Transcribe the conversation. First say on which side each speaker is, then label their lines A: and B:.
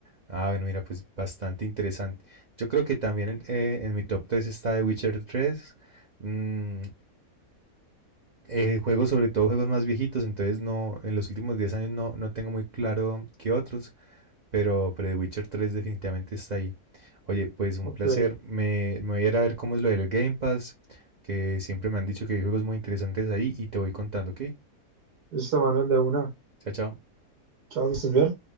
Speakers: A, on the right (about 45°); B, on the right (about 75°).
A: Ah, bueno, mira, pues bastante interesante. Yo creo que también en eh, en mi top 3 está The Witcher tres. Mm, eh, juegos, sobre todo juegos más viejitos, entonces no, en los últimos 10 años no, no tengo muy claro qué otros. Pero, pero The Witcher tres definitivamente está ahí. Oye, pues un
B: Ok,
A: placer. Me, me voy a ir a ver cómo es lo del Game Pass, que siempre me han dicho que hay juegos muy interesantes ahí y te voy contando, ¿ok?
B: listo, Manuel, de una.
A: Chao, chao.
B: Chao, que estés bien.